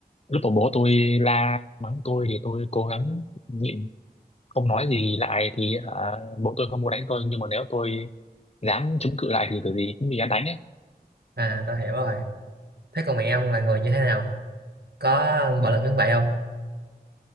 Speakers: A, on the left (about 40°); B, on the right (about 80°).
A: lúc mà bố tôi la mắng tôi thì tôi cố gắng nhịn không nói gì lại thì hả, bố tôi không muốn đánh tôi nhưng mà nếu tôi dám chống cự lại thì kiểu gì cũng bị hắn đánh ấy
B: À tao hiểu rồi. Thế còn mẹ ông là người như thế nào? Có bạo lực giống vậy không?